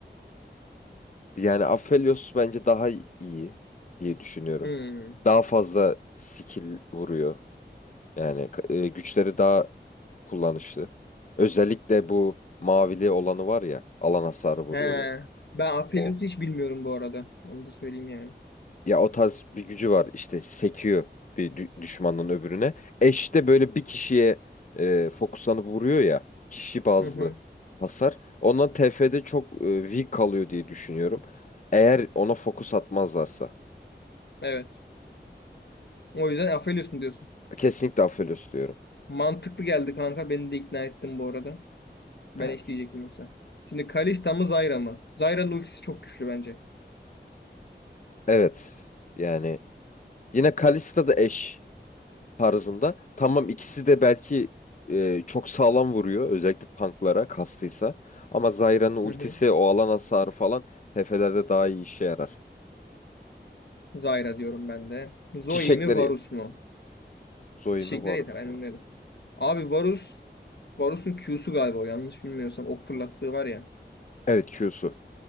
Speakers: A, on the left (about 45°); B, on the left (about 70°).
A: Yani Aphelios bence daha iyi diye düşünüyorum.
B: Hmm.
A: Daha fazla skill vuruyor. Yani e, güçleri daha kullanışlı. Özellikle bu mavili olanı var ya alan hasarı vuruyor
B: He.
A: böyle.
B: Ben Aphelios'u
A: O.
B: hiç bilmiyorum bu arada. Onu da söyleyeyim yani.
A: Ya o tarz bir gücü var işte sekiyor bir dü- düşmanın öbürüne. Eş de böyle bir kişiye e, fokuslanıp vuruyor ya kişi bazlı
B: Hı hı.
A: hasar. Ondan TF'de çok e, weak kalıyor diye düşünüyorum. Eğer ona fokus atmazlarsa.
B: Evet. O yüzden Aphelios mu diyorsun?
A: Kesinlikle Aphelios diyorum.
B: Mantıklı geldi kanka. Beni de ikna ettin bu arada. Ben
A: Evet.
B: eş diyecektim yoksa. Şimdi Kalista mı Zyra mı? Zyra'nın ultisi çok güçlü bence.
A: Evet. Yani yine Kalista da eş tarzında. Tamam ikisi de belki e, çok sağlam vuruyor. Özellikle tanklara kastıysa. Ama Zyra'nın ultisi
B: Hı hı.
A: o alan hasarı falan tefelerde daha iyi işe yarar.
B: Zyra diyorum ben de. Zoe
A: Çiçekleri
B: mi Varus mu?
A: Zoe
B: Çiçekler
A: mi Varus
B: yeter. Aynen
A: mu?
B: öyle. Abi Varus, Varus'un Q'su galiba o, yanlış bilmiyorsam ok fırlattığı var ya.
A: Evet Q'su.